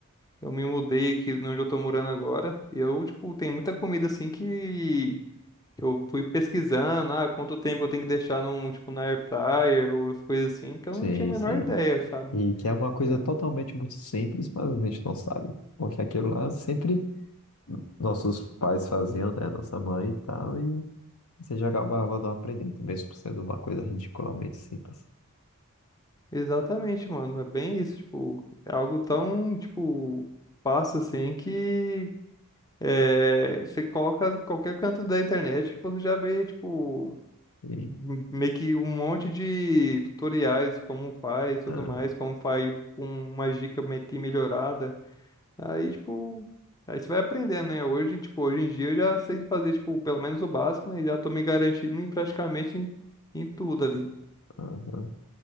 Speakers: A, on the left; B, on the left.
A: eu me mudei aqui de onde eu tô morando agora, eu, tipo, tem muita comida assim que que eu fui pesquisando, ah, quanto tempo eu tenho que deixar num, tipo, na air fryer ou as coisas assim, que eu
B: sim,
A: não tinha a menor
B: sim.
A: ideia, sabe?
B: E que é uma coisa
A: É.
B: totalmente muito simples, mas a gente não sabe. Porque aquilo lá sempre nossos pais faziam, né? Nossa mãe e tal, e você já acabava não aprendendo, mesmo sendo uma coisa ridiculamente simples.
A: Exatamente, mano. É bem isso, tipo, é algo tão, tipo, fácil assim que é, você coloca qualquer canto da internet que você já vê, tipo,
B: E,
A: m- meio que um monte de tutoriais, como faz, tudo
B: ah,
A: mais, como faz com uma dica meio que melhorada. Aí, tipo, aí você vai aprendendo, né? Hoje, tipo, hoje em dia eu já sei fazer, tipo, pelo menos o básico, né? E já tô me garantindo em praticamente em, em tudo ali.
B: aham.